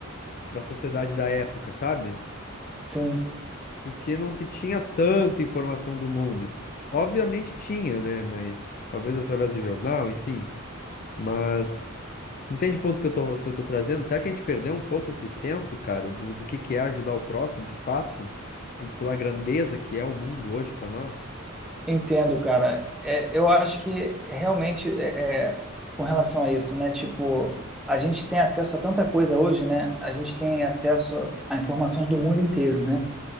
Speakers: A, on the left (about 45°); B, in the centre.
A: para a sociedade da época, sabe?
B: Sim,
A: Porque não se tinha tanta informação do mundo. Obviamente tinha, né? Mas talvez através do jornal, enfim. Mas entende o ponto que eu tô, que eu tô trazendo? Será que a gente perdeu um pouco esse senso, cara, do, do que que é ajudar o próximo, de fato, P- pela grandeza que é o mundo hoje para nós?
B: entendo, cara. É, eu acho que realmente é, é, com relação a isso, né? Tipo, a gente tem acesso a tanta coisa hoje, né? A gente tem acesso a informações do mundo inteiro, né?